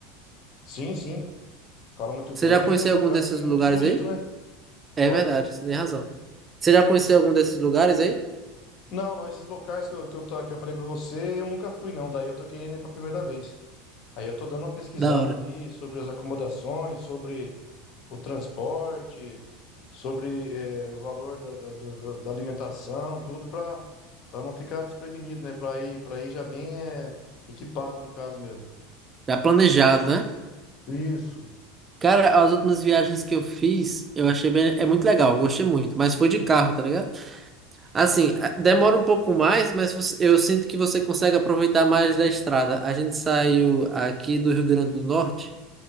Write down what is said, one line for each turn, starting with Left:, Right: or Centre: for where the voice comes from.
Left: Sim, sim, fala muito
Right: Você
Left: bem
Right: já conheceu
Left: e o lugar
Right: algum desses
Left: também
Right: lugares
Left: é muito bonito,
Right: aí?
Left: né?
Right: É
Left: Oi?
Right: verdade, você tem razão. Você já conheceu algum desses lugares aí?
Left: Não, não, esses locais que eu, que eu, tô- que eu falei pra você, eu nunca fui, não. Daí eu tô querendo ir pra primeira vez. Aí eu tô dando uma pesquisada
Right: Da hora.
Left: ali sobre as acomodações, sobre o transporte, sobre eh, o valor da, da, da- da da alimentação, tudo pra para não ficar desprevenido, né? Pra ir, para ir já bem eh, equipado no caso mesmo.
Right: Já planejado, né?
Left: Isso.
Right: Cara, as últimas viagens que eu fiz, eu achei bem, é muito legal, eu gostei muito, mas foi de carro, tá ligado? Assim, a- demora um pouco mais, mas você- eu sinto que você consegue aproveitar mais da estrada. A gente saiu aqui do Rio Grande do Norte